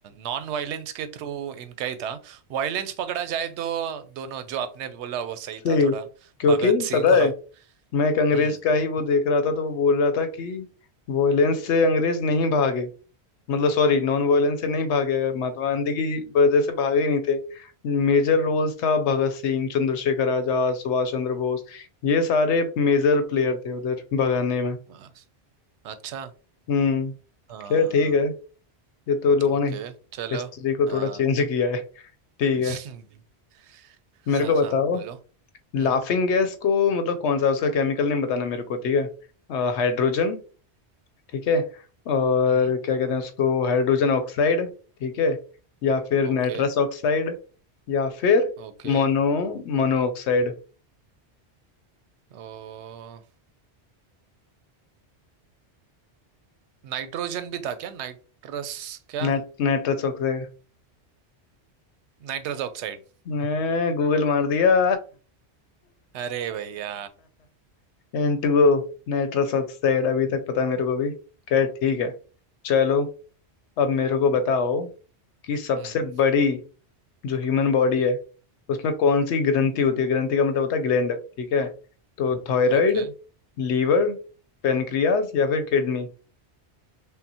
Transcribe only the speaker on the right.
नॉन वायलेंस के थ्रू इनका ही था वायलेंस पकड़ा जाए तो दोनों जो आपने बोला वो सही
था थोड़ा
भगत सिंह
हम्म
आ, अच्छा
आ,
ओके
चलो
हाँ
<laughs>
हाँ
हाँ
बोलो
हम्म
हम्म
Okay
okay
ओ नाइट्रोजन भी था क्या नाइट्रस क्या
Nitrous oxide
अरे भैया
हम्म
ओके